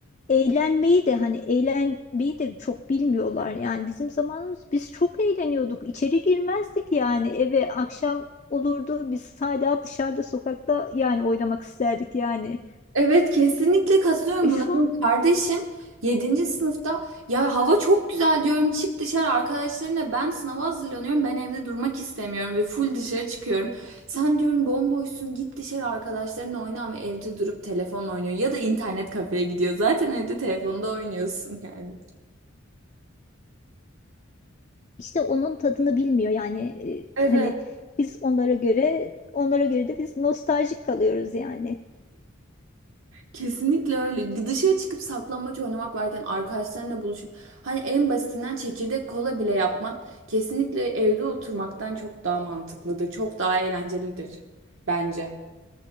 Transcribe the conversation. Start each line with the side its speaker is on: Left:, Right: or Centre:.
Left: eğlenmeyi de hani eğlenmeyi de çok bilmiyorlar yani bizim zamanımız biz çok eğleniyorduk içeri girmezdik yani eve akşam olurdu biz hala dışarıda sokakta yani oynamak isterdik yani
Right: Evet kesinlikle katılıyorum
Left: e, şu
Right: buna. Benim
Left: an
Right: kardeşim yedinci sınıfta ya hava çok güzel diyorum çık dışarı arkadaşlarına ben sınava hazırlanıyorum ben evde durmak istemiyorum ve full dışarı çıkıyorum. Sen diyorum bomboşsun git dışarı arkadaşlarınla oyna ama evde durup telefonla oynuyor ya da internet kafeye gidiyor zaten evde telefonda oynuyorsun yani.
Left: işte onun tadını bilmiyor yani
Right: Evet.
Left: e, hani biz onlara göre onlara göre de biz nostaljik kalıyoruz yani.
Right: Kesinlikle öyle. Dışarı çıkıp saklambaç oynamak varken arkadaşlarınla buluşup hani en basitinden çekirdek kola bile yapmak kesinlikle evde oturmaktan çok daha mantıklıdır. Çok daha eğlencelidir bence.